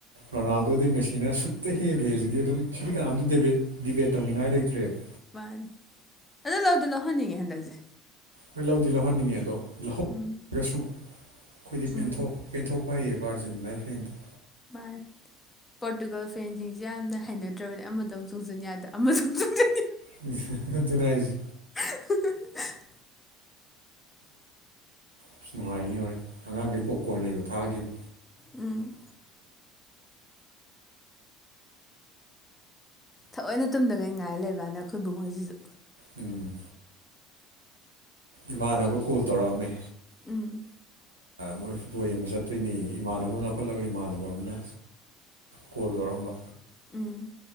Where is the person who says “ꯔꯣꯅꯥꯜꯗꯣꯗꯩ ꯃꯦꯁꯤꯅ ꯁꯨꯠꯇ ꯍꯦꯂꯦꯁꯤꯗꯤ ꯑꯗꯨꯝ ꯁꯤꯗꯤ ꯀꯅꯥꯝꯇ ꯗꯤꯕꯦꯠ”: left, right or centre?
Right